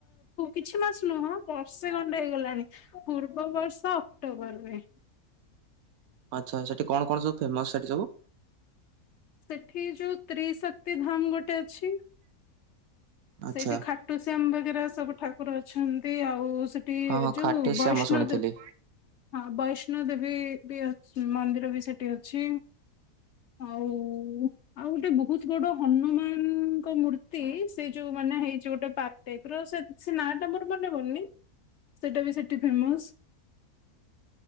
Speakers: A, on the left (about 65°); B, on the right (about 75°).
A: କିଛି ଆ ମାସ ନୁହଁ ବର୍ଷେ ଖଣ୍ଡେ ହେଇଗଲାଣି ପୂର୍ବ ବର୍ଷ ଅକ୍ଟୋବରରେ।
B: ଆଚ୍ଛା ଆଚ୍ଛା ସେଠି କଣ କଣ ସବୁ ଫେମସ ସେଠି ସବୁ।
A: ସେଠି ଯୋଉ ତ୍ରିଶକ୍ତି ଧାମ ଗୋଟେ ଅଛି।
B: ଆଚ୍ଛା
A: ସେଇଠି ଖାଟୁସ୍ଯାମ ବଗେରା ସବୁ ଠାକୁ ଠାକୁର ଅଛନ୍ତି ଆଉ ସେଠି
B: ହଁ ହଁ
A: ଯୋଉ
B: ଖାଟୁ
A: ବୈଷ୍ଣବ
B: ଶ୍ୟାମ ଶୁଣିଥିଲି।
A: ଦେବୀ ବୈଷ୍ଣ ବୈଷ୍ଣବ ଦେବୀ ବି ମନ୍ଦିର ବି ସେଠି ଅଛି ଆଉ ଆଉ ଗୋଟେ ବହୁତ ବଡ ହନୁମାନଙ୍କ ମୂର୍ତ୍ତି ସେ ଯୋଉ ମାନେ ହେଇଛି ଗୋଟେ ପାଟ୍ ଟାଇପର ସେ ସେ ନାଁଟା ମୋର ମନେପଡୁନି ସେଟା ବି ସେଠି ଫେମସ।